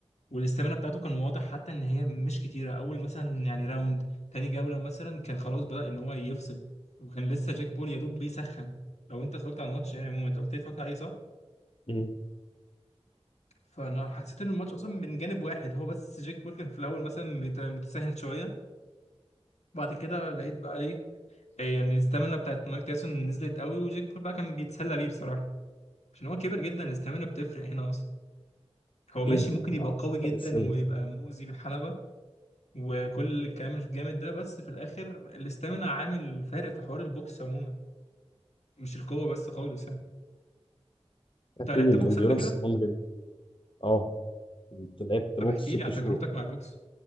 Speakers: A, on the left; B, on the left.
A: والاستامينا بتاعته كان واضح حتى ان هي مش كتيره اول مثلا يعني راوند تاني جوله مثلا كان خلاص بدأ ان هو يفصل وكان لسه جيك بول يا دوب بيسخن لو انت اتفرجت على الماتش يعني عموما انت قلت لي اتفرجت عليه صح
B: مم.
A: فانا حسيت ان الماتش اصلا من جانب واحد هو بس جيك بول كان في الاول مثلا مت- متساهل شويه بعد كده لقيت بقى ايه إيه يعني الاستامينا بتاعت مايك تايسون نزلت قوي وجيك بول بقى كان بيتسلى بيه بصراحه عشان هو كبر جدا الاستامينا بتفرق هنا اصلا هو
B: اكيد
A: ماشي ممكن يبقى
B: آه،
A: قوي جدا
B: فرق السن
A: ويبقى مؤذي بالحلبة وكل الكلام الجامد ده بس في الاخر الاستامينا عامل فارق في حوار البوكس عموما مش القوه بس خالص يعني انت
B: اكيد
A: لعبت
B: الانديورنس
A: بوكس قبل كده
B: مهم اه كنت لعبت
A: طب
B: بوكس
A: احكي
B: ست
A: لي عن
B: شهور
A: تجربتك مع البوكس